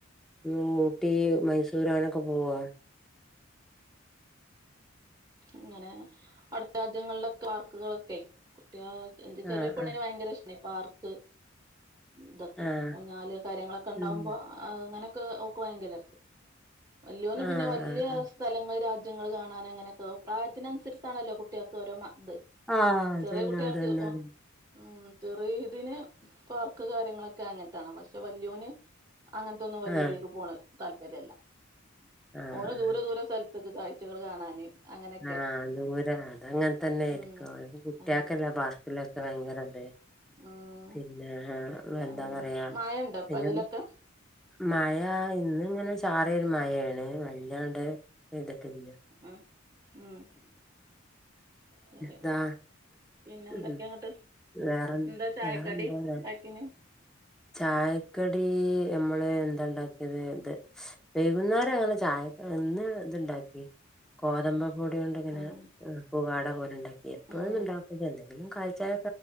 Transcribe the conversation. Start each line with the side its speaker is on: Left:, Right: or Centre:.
Centre: ഊട്ടി മൈസൂരണൊക്കെ പോവാ
Right: ഇങ്ങനെ അടുത്ത രാജ്യങ്ങളിലെ പാർക്കുകളൊക്കെ കുട്ടിയ എന്റെ ചെറിയ
Centre: ആഹ്
Right: പെണ്ണിന്
Centre: ആഹ്
Right: ഭയങ്കര ഇഷ്ടായി പാർക്ക് ഇതൊക്കെ
Centre: ആഹ്
Right: ഊഞ്ഞാൽ കാര്യങ്ങളൊക്കെ ഉണ്ടാവുമ്പോ
Centre: ഉം
Right: ആഹ അങ്ങനെയൊക്കെ ഓക്ക് ഭയങ്കരം വലിയവന്
Centre: ആഹ്
Right: പിന്നെ വലിയ
Centre: ആഹ്
Right: സ്ഥലങ്ങൾ രാജ്യങ്ങൾ കാണാൻ അങ്ങനെയൊക്കെ പ്രായത്തിനനുസരിച്ചാണല്ലോ കുട്ടികൾക്ക് ഓരോ ഇത്
Centre: ആഹ അതന്നെ
Right: ചെറിയ കുട്ടികൾക്ക്
Centre: അതന്നെതന്നെ
Right: ഉം ചെറിയ ഇതിന് പാർക്ക് കാര്യങ്ങളൊക്കെ അങ്ങനത്താണ് പക്ഷെ വലിയവന് അങ്ങനത്തെ ഇതൊന്നും വലിയതിലോട്ട്.
Centre: ആഹ്
Right: പോണ താൽപര്യമില്ല
Centre: ആഹ്
Right: ഓന ദൂരെ ദൂര സ്ഥലത്തേക്ക് കാഴ്ചകൾ കാണാന് അങ്ങനെയൊക്കെ
Centre: ആഹ ദൂര അത് അങ്ങനെ തന്നൊയിരിക്കും
Right: ഉം
Centre: കുട്ടികൾക്കല്ലേ
Right: ആ
Centre: പാർക്കിലൊക്കെ ഭയങ്കര ഇത്
Right: ആഹ
Centre: പിന്നെ എന്താ
Right: അതുതന്നെ
Centre: പറയാ
Right: മായ ഉണ്ടോ
Centre: പിന്നെ
Right: അതിലൊക്കെ
Centre: മഴ ഇന്ന ഇങ്ങനെ ചാറിയ ഒരു മഴയാണ് വല്ലാണ്ട് പെയ്തിട്ടില്ല
Right: ആഹ ഉം ശരി
Centre: താ
Right: പിന്നെ എന്തൊക്കെയ
Centre: ഉ
Right: അങ്ങട്ട്
Centre: വേറെന്ത
Right: എന്താ ചായക്കടി
Centre: വേറെന്തോ പോലെ
Right: ഉണ്ടാക്കീന്
Centre: ചായക്കടി നമ്മള് എന്താ ഉണ്ടാക്കിയത് ഇത് വൈകുന്നേരം ഞങ്ങള് ചായക്ക് ഇന്ന് ഇത്ണ്ടാക്കി ഗോതമ്പ് പൊടികൊണ്ട് ഇങ്ങനെ
Right: ഉം
Centre: പുകാട പോലെ ഉണ്ടാക്കി എപ്പോഴെന്നും
Right: ഉം
Centre: ഉണ്ടാക്കൂല എന്തെങ്കിലും കാലി ചായ